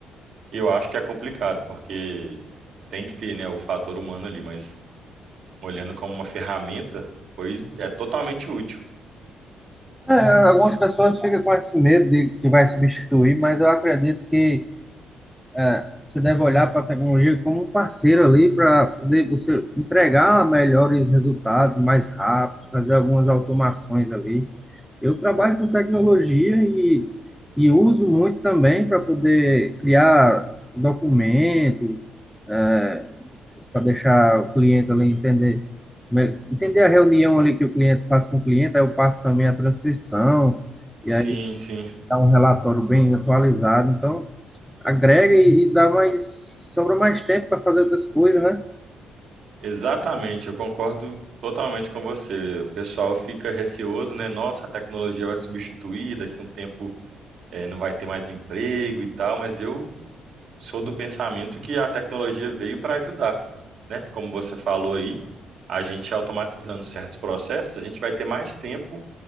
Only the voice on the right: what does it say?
eu acho que é complicado, porque tem que ter, né, o fator humano ali, mas olhando como uma ferramenta, foi, é totalmente útil.
Sim,
sim.
Exatamente, eu concordo totalmente com você. O pessoal fica receoso, né? Nossa, a tecnologia vai substituir, daqui a um tempo eh, não vai ter mais emprego e tal, mas eu sou do pensamento que a tecnologia veio para ajudar, né? Como você falou aí, a gente automatizando certos processos, a gente vai ter mais tempo